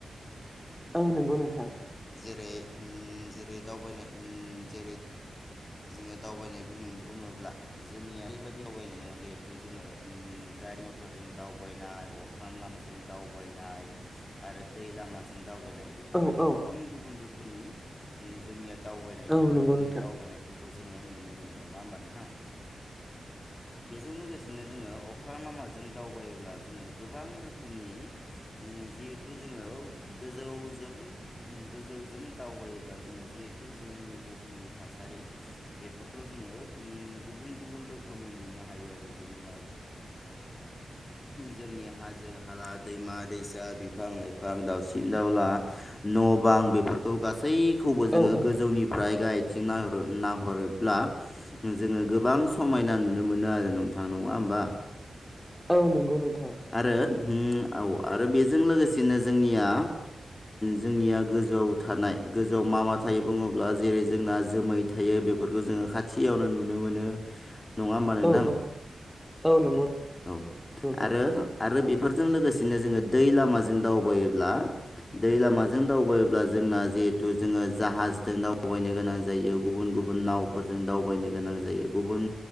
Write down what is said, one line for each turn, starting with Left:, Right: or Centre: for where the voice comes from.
Centre: औ नोंगौ नोंथां।
Left: जेरै हम जेरै दावबायनाय उम जेरै जोङो दावबायनाय बुन बुङोब्ला जोंनिया ओरैबायदि दावबायनाय <unintelligible> जिहेथु जोङो उम गारि मथरजों दावबायनाय अख्राम लामाजों दावबायनाय। आरो दै लामाजों दावबायनाय। बेफोरबायदि
Centre: औ औ
Left: गुबुन गुबुन रोखोमनि जोंनिया दावबायनायफोर
Centre: औ नंगौ
Left: ओ
Centre: नोंथां
Left: दावबायनायफोर खौ जोङो नुनो मोनो नङा होमबा नोंथां। बेजों लोगोसेनो जोङो अख्रा लामाजों दावबायोब्ला जोङो गोबां रोखोमनि। उम जिहेथु जोङो गोजौजों गोजौजों दावबायोब्ला जोङो जिहे तु जोंनि बुहुमनि थासारि बेफोरखौ जोङो उम गुबुन गुबुन रोखोमै नुनो हायो आरो जेनेबा। जोंनि हा जो हाला दैमा-दैसा, बिफां-लाइफां, दावसिन-दाउला न' बां बेफोरखौ गासैखौबो
Centre: औ
Left: जोङो
Centre: औ
Left: गोजौनिफ्राय गायथिं नाह नाहरोब्ला जोङो गोबां समायना नुनो मोनो आरो नोंथां नङा होमबा।
Centre: औ नोंगौ नोंथां।
Left: आरो औ आरो बेजों लोगोसेनो जोंनिया जोंनिया गोजौआव। थानाय गोजौआव मा मा थायो बुङोब्ला जेरै जोंना जोमै थायो बेफोरखौ जोङो खाथियावनो नुनो मोनो। <inaudible> नोंथां
Centre: औ औ औ नंगौ।
Left: औ
Centre: नोंथां
Left: आरो आरो बेफोरजों लोगोसेनो जोङो दै लामाजों दावबायोब्ला। दै लामाजों दावबायायोब्ला जोंना जिहेथु जोङो जाहाजजों दावबायनो गोनां जायो। गुबुन गुबुन नावफोरजों दावबायनो गोनां जायो गुबुन